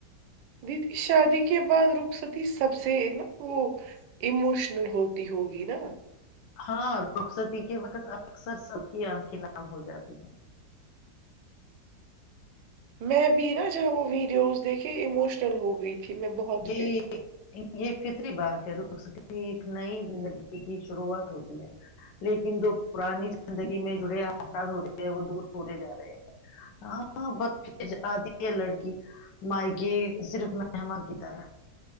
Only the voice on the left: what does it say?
ہاں رخصتی کے وقت اکثر سب کی آنکھیں نام ہو جاتی ہیں
یہ
یہ فطری باد کی ایک نئی زندگی کی شروعات ہوتی ہے لیکن جو پرانی زندگی میں جڑے افراد ہوتے ہیں وہ دور ہوتے جا رہے ہیں ہاں ب پھر آتی ہے لڑکی مائ کے صرف مہمان ا طرح